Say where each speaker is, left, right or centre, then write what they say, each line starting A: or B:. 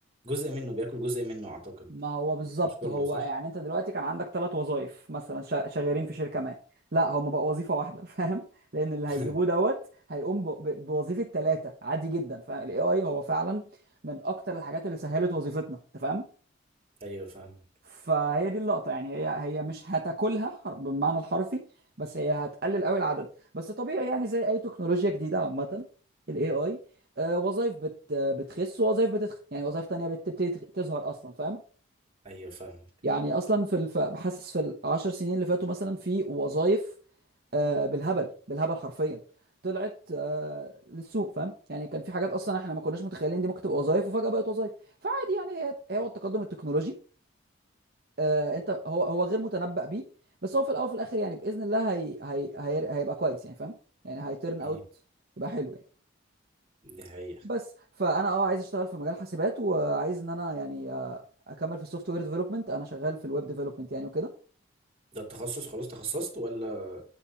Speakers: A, on the right; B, on the right.
A: جزء منه بياكل جزء منه أعتقد
B: ما هو بالظبط
A: بس مش كله
B: هو
A: صح؟
B: يعني انت دلوقتي كان عندك ثلاث وظائف مثلا شا- شغالين في شركه ما لا هم بقى وظيفه واحده <laughs> فاهم لان اللي
A: <laughs>
B: هيجيبوه دوت هيقوم ب- ب- بوظيفه ثلاثه عادي جدا فاهم الاي اي هو فعلا من اكتر الحاجات اللي سهلت وظيفتنا انت فاهم
A: أيوه فاهمك
B: فهي دي اللقطة يعني هي هي مش هتاكلها حر- بالمعنى الحرفي بس هي هتقلل قوي العدد بس طبيعي يعني زي اي تكنولوجيا جديدة عامة الاي اي وظائف بت آه، بتخس ووظائف بتتخ يعني وظائف تانية بتبتدي تخ- تظهر اصلا فاهم
A: أيوه فاهمك
B: يعني اصلا في الف... بحسس في العشر سنين اللي فاتوا مثلا في وظائف آه، بالهبل بالهبل حرفيا طلعت آه، للسوق فاهم يعني كان في حاجات اصلا احنا ما كناش متخيلين دي ممكن تبقى وظائف وفجأة بقت وظائف فعادي يعني هي هو التقدم التكنولوجي آه انت هو هو غير متنبأ بيه بس هو في الاول وفي الاخر يعني باذن الله هي هي هي هيبقى كويس يعني فاهم يعني هيترن
A: مم.
B: اوت يبقى حلو يعني
A: دي حقيقة
B: بس فانا اه عايز اشتغل في مجال حاسبات وعايز ان انا يعني آه، اكمل في السوفت وير ديفلوبمنت انا شغال في الويب ديفلوبمنت يعني وكده
A: ده التخصص خلاص تخصصت ولا